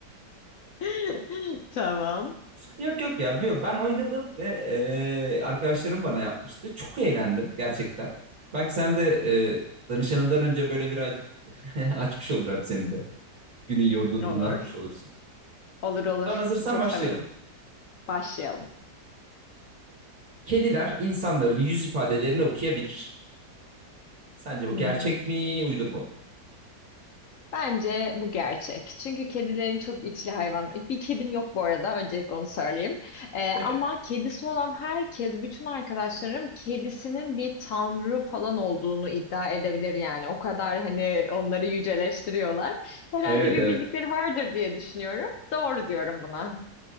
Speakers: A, on the left; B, on the right.
A: <laughs> Tamam.
B: Yok yok ya ben oynadım ve e, arkadaşlarım bana yapmıştı. Çok eğlendim gerçekten. Belki sen de e, danışanından önce böyle birazcık <laughs> açmış olur abi senin de. Günün yorgunluğunu
A: Olur.
B: atmış olursun.
A: Olur olur.
B: Ben hazırsan
A: Çok
B: başlayalım.
A: severim. Başlayalım.
B: Kediler insanların yüz ifadelerini okuyabilir. Sence bu
A: Hmm.
B: gerçek mi, uydurma mı?
A: Bence bu gerçek. Çünkü kedilerin çok içli hayvan. Bir kedim yok bu arada. Öncelikle onu söyleyeyim. Ee, ama
B: <laughs>
A: kedisi olan herkes, bütün arkadaşlarım kedisinin bir tanrı falan olduğunu iddia edebilir yani. O kadar hani onları yüceleştiriyorlar. Herhalde
B: Evet
A: bir
B: evet.
A: bildikleri vardır diye düşünüyorum. Doğru diyorum buna.